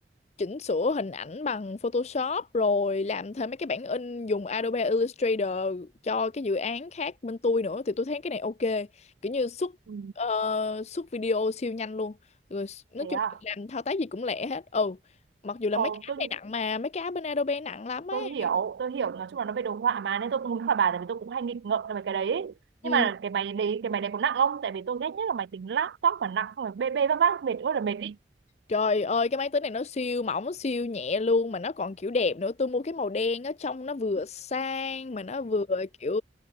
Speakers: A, on the left; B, on the right.
A: chỉnh sửa hình ảnh bằng Photoshop rồi làm thêm mấy cái bản in dùng Adobe Illustrator cho cái dự án khác bên tôi nữa thì tôi thấy cái này ok. Kiểu như xuất
B: Ừ,
A: ờ, xuất video siêu nhanh luôn. Rồi s- nói
B: thế
A: chung
B: à
A: là làm thao tác gì cũng lẹ hết. Ừ. Mặc dù là
B: ồ
A: mấy cái app
B: tôi
A: này nặng mà mấy cái app bên Adobe nặng lắm
B: tôi
A: ấy.
B: hiểu tôi hiểu nói chung là nó về đồ họa mà nên tôi cũng muốn hỏi bà tại vì tôi cũng hay nghịch ngợm về cái đấy ấy.
A: Ừ.
B: nhưng mà cái máy đấy cái máy này có nặng không tại vì tôi ghét nhất là máy tính laptop mà nặng không phải bê bê vác vác mệt ơi là mệt ý
A: Trời ơi cái máy tính này nó siêu mỏng siêu nhẹ luôn mà nó còn kiểu đẹp nữa tôi mua cái màu đen á trông nó vừa sang mà nó vừa kiểu